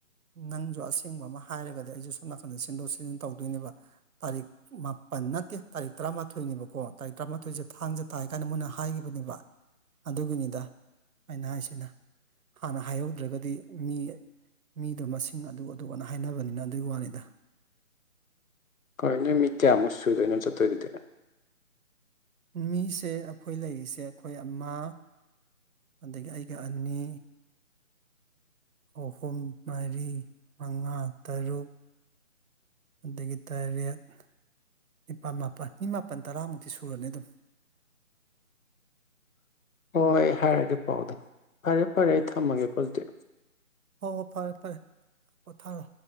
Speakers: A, on the right; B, on the left.
A: ꯅꯪꯁꯨ ꯑꯁꯦꯡꯕ ꯑꯃ ꯍꯥꯏꯔꯒꯗꯤ ꯑꯩꯁꯨ ꯁꯣꯝ ꯅꯥꯀꯟꯗ ꯁꯤꯟꯗꯣꯛ ꯁꯤꯟꯖꯤꯟ ꯇꯧꯗꯣꯏꯅꯦꯕ ꯇꯥꯔꯤꯛ ꯃꯥꯄꯟ ꯅꯠꯇꯦ ꯇꯥꯔꯤꯛ ꯇꯔꯥꯃꯥꯊꯣꯏꯅꯦꯕꯀꯣ ꯇꯥꯔꯤꯛ ꯇꯔꯥꯃꯥꯊꯣꯏꯁꯦ ꯊꯥꯡꯖ ꯇꯥꯏ ꯀꯥꯏꯅ ꯃꯣꯏꯅ ꯍꯥꯏꯈꯤꯕꯅꯦꯕ ꯑꯗꯨꯒꯤꯅꯤꯗ ꯑꯩꯅ ꯍꯥꯏꯁꯤꯅ ꯍꯥꯟꯅ ꯍꯥꯏꯍꯧꯗ꯭ꯔꯒꯗꯤ ꯃꯤ ꯃꯤꯗꯣ ꯃꯁꯤꯡ ꯑꯗꯨꯛ ꯑꯗꯨꯛꯅ ꯍꯥꯏꯅꯕꯅꯤꯅ ꯑꯗꯨꯒꯤ ꯋꯥꯅꯤꯗ
B: ꯈꯣꯏ ꯅꯣꯏ ꯃꯤ ꯀꯌꯥꯃꯨꯛ ꯁꯨꯗꯣꯏꯅꯣ ꯆꯠꯇꯣꯏꯗꯨꯗꯤ
A: ꯃꯤꯁꯦ ꯑꯩꯈꯣꯏ ꯂꯩꯔꯤꯁꯦ ꯑꯩꯈꯣꯏ ꯑꯃ ꯑꯗꯒꯤ ꯑꯩꯒ ꯑꯅꯤ ꯑꯍꯨꯝ ꯃꯔꯤ ꯃꯉꯥ ꯇꯔꯨꯛ ꯑꯗꯒꯤ ꯇꯔꯦꯠ ꯅꯤꯄꯥꯜ ꯃꯥꯄꯜ ꯃꯤ ꯃꯥꯄꯜ ꯇꯔꯥꯃꯨꯛꯇꯤ ꯁꯨꯔꯅꯤ ꯑꯗꯨꯝ
B: ꯍꯣꯏ ꯍꯥꯏꯔꯛꯑꯒꯦ ꯄꯥꯎꯗꯣ ꯐꯔꯦ ꯐꯔꯦ ꯑꯩ ꯊꯝꯃꯒꯦꯀꯣ ꯑꯗꯨꯗꯤ
A: ꯍꯣꯏ ꯍꯣꯏ ꯐꯔꯦ ꯐꯔꯦ ꯄꯣꯊꯥꯔꯣ